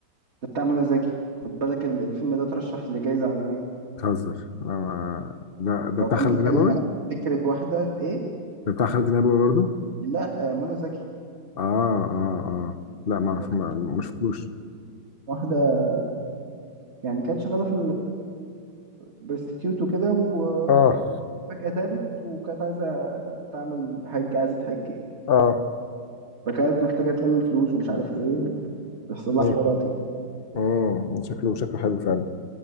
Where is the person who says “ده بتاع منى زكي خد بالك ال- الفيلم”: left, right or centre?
Right